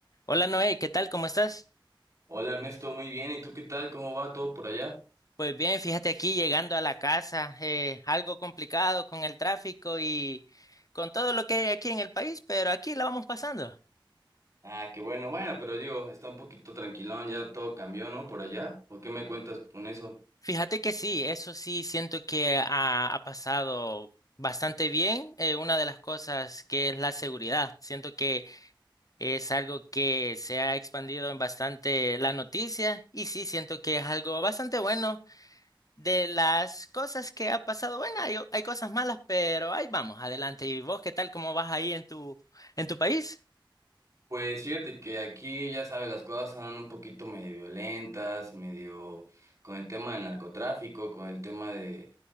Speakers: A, on the left; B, on the right.
A: Hola Noé, ¿qué tal? ¿Cómo estás?
B: Hola Ernesto, muy bien. ¿Y tú qué tal? ¿Cómo va todo por allá?
A: Pues bien, fíjate aquí llegando a la casa, eh, algo complicado con el tráfico y con todo lo que hay aquí en el país, pero aquí la vamos pasando.
B: Ah, qué bueno, bueno, pero digo, está un poquito tranquilón, ya todo cambió, ¿no? Por allá. ¿O qué me cuentas con eso?
A: Fíjate que sí, eso sí, siento que ha, ha pasado bastante bien. eh, una de las cosas que es la seguridad, siento que es algo que se ha expandido en bastante la noticia y sí, siento que es algo bastante bueno De las cosas que ha pasado, bueno, hay, hay cosas malas, pero ahí vamos, adelante. ¿Y vos qué tal? ¿Cómo vas ahí en tu, en tu país?
B: Pues fíjate que aquí, ya sabes, las cosas andan un poquito medio violentas, medio con el tema del narcotráfico, con el tema de...